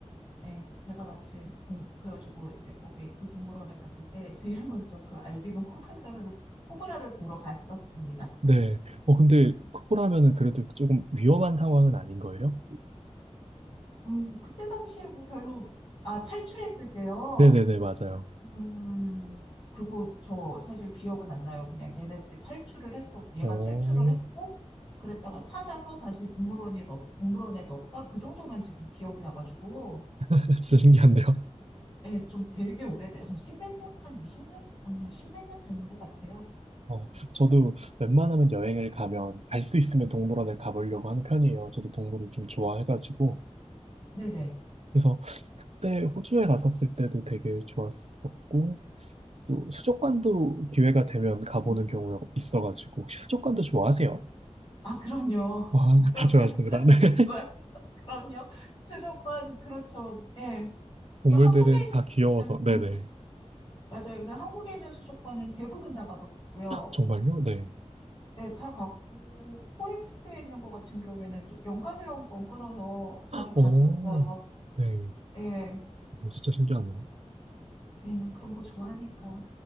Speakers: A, on the left (about 40°); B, on the right (about 60°).
A: 예, 제가 마침 동, 그래가지고 이제 거기 그 동물원에 갔을 때 제일 <laughs> 먼저 그 알비노 코브라를, 코브라를 보러 갔었습니다.
B: 네. 어, 근데 코뿔하면은 그래도 조금 위험한 상황은 아닌 거예요?
A: 음, 그때 당시에 뭐 별로, 아, 탈출했을 때요.
B: 네네네, 맞아요.
A: 음, 그거 저 사실 기억은 안 나요. 그냥 얘네들이 탈출을 했어. 얘가
B: 오,
A: 탈출을 했고, 그랬다가 찾아서 다시 동물원에 넣, 동물원에 넣었다. 그 정도만 지금 기억이 나가지고,
B: <laughs> 진짜 신기한데요?
A: 예, 좀 되게 오래돼. 한 십몇 년? 한 이십 년 아니야, 십몇 년 된 것 같아요.
B: 어, 저도 웬만하면 여행을 가면 갈 수 있으면 동물원을 가보려고 하는 편이에요. 저도 동물을 좀 좋아해가지고.
A: 네네.
B: 그래서 그때 호주에 갔었을 때도 되게 좋았었고, 또 수족관도 기회가 되면 가보는
A: 음,
B: 경우가 있어가지고, 혹시 수족관도 좋아하세요?
A: 아, 그럼요.
B: 와,
A: <laughs>
B: <laughs>
A: 그럼요.
B: 다 좋아하시는구나.
A: 수족관도
B: 네. <laughs>
A: 좋아하죠. <laughs> 그럼요. 수족관, 그렇죠. 예. 그래서
B: 동물들은
A: 한국에 있는
B: 다
A: 거는,
B: 귀여워서, 네네.
A: 음, 맞아요. 그래서 한국에 있는 수족관은 대부분 다 가봤고요.
B: 정말요?
A: 뭐,
B: 네.
A: 예, 다 갔고, 코엑스에 있는 거 같은 경우에는 좀 연간 회원권 끊어서 자주 갔었어요.
B: 오, 네.
A: 예.
B: 오, 진짜 신기하네요.
A: 왜냐면 그런 거 좋아하니까.